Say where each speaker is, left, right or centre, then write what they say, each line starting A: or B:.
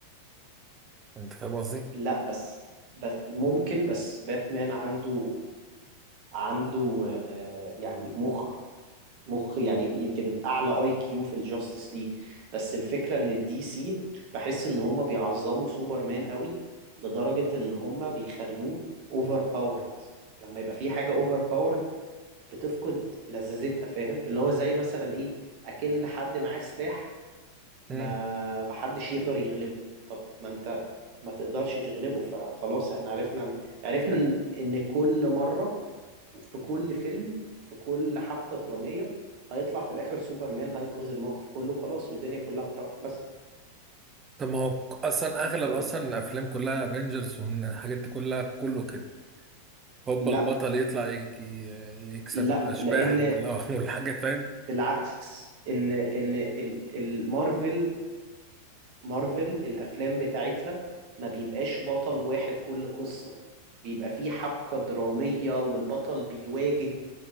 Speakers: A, on the right (about 20°); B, on the right (about 45°).
A: انت فاهم قصدي
B: لا بس بس ممكن بس باتمان عنده عنده آه، يعني مخ مخ يعني يمكن اعلى اي كيو في الجاستس ليج بس الفكره ان الدي سي بحس ان هم بيعظموا سوبرمان قوي لدرجه ان هم بيخلوه اوفر باورد لما يبقى في حاجه اوفر باورد بتفقد لذاذتها فاهم اللي هو زي مثلا ايه اكن حد معاه سلاح ما
A: امم
B: محدش يقدر يغلبه طب ما انت ما تقدرش تغلبه فخلاص احنا عرفنا عرفنا ان إن كل مره في كل فيلم في كل حبكة درامية هيطلع في الآخر سوبرمان هينقذ الموقف كله وخلاص والدنيا كلها هتروح بس
A: طب ما هو اصلا اغلب
B: فاهم
A: اصلا الافلام كلها افنجرز والحاجات دي كلها كله كده هوبا
B: لا
A: البطل يطلع يك- ي- يكسب
B: لا
A: الاشباح
B: لأن
A: وال- <laughs> والحاجات فاهم
B: بالعكس إن إن ال- المارفل مارفل الافلام بتاعتها ما بيبقاش بطل واحد كل قصة بيبقى فيه حبكة درامية والبطل بيواجه